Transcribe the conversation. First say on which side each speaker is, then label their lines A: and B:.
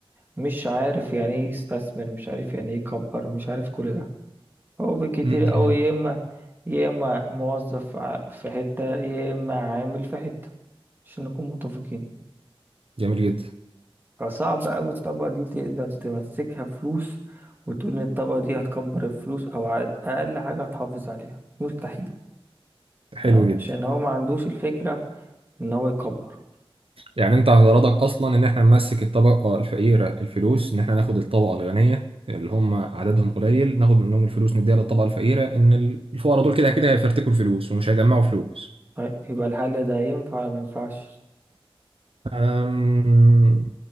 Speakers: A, on the right; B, on the right.
A: مش عارف يعني إيه يستثمر مش عارف يعني إيه يكبر مش عارف كل ده هو بالكتير
B: امم جميل
A: أوي يا إما يا إما موظف ع- في حتة يا إما عامل في حتة عشان نكون متفقين
B: جميل جدا
A: فصعب أوي الطبقة دي تقدر تمسكها فلوس وتقول إن الطبقة دي هتكبر الفلوس أو على أقل حاجة هتحافظ عليها مستحيل
B: حلو
A: تمام
B: جدا
A: عشان هو ما عندوش الفكرة إن هو يكبر
B: يعني انت غرضك اصلا ان احنا نمسك الطبقه الفقيره الفلوس ان احنا ناخد الطبقه الغنيه اللي هم عددهم قليل ناخد منهم الفلوس نديها للطبقه الفقيره ان ال- الفقراء دول كده كده هيفرتكوا الفلوس ومش هيجمعوا فلوس
A: طيب يبقى الحل ده ينفع ولا ما ينفعش
B: أم...